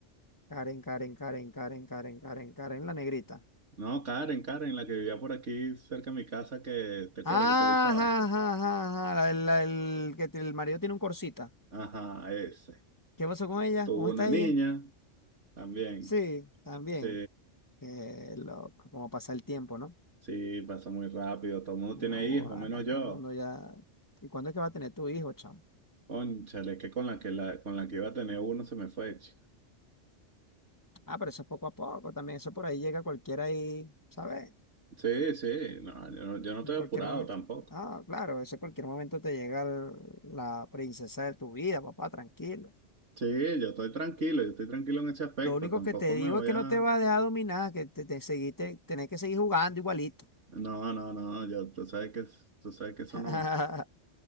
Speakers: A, on the left; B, on the right.
A: Karen, Karen, Karen, Karen, Karen, Karen, Karen, la negrita.
B: No, Karen, Karen, la que vivía por aquí cerca de mi casa, que te acuerdas
A: Ajá,
B: que te gustaba.
A: ajá, ajá, ajá, La, la- el, que te- el marido tiene un corsita.
B: Ajá, ese.
A: ¿Qué pasó con ella?
B: Tuvo
A: ¿Cómo está
B: una niña
A: ella?
B: también.
A: Sí, también.
B: Sí.
A: Qué loco, cómo pasa el tiempo, ¿no?
B: Sí, pasa muy rápido. Todo el mundo
A: una
B: tiene
A: guarda,
B: hijos, menos yo.
A: todo el mundo ya. ¿Y cuándo es que va a tener tu hijo, chamo?
B: Cónchale, que con la que la, con la que iba a tener uno se me fue. ch-
A: Ah, pero eso es poco a poco también. Eso por ahí llega cualquiera ahí, ¿sabes?
B: Sí, sí, no, yo no, yo no estoy
A: En
B: apurado
A: cualquier momento.
B: tampoco.
A: Ah, claro, eso en cualquier momento te llega el- la princesa de tu vida, papá, tranquilo.
B: Sí, yo estoy tranquilo, yo estoy tranquilo en ese aspecto.
A: Lo único
B: Tampoco
A: que te digo
B: me voy
A: es que
B: a.
A: no te va a dejar dominar, que te, te seguiste, tenés que seguir jugando igualito.
B: No, no, no, yo, tú sabes que, es- tú sabes que eso
A: <laughs>
B: no.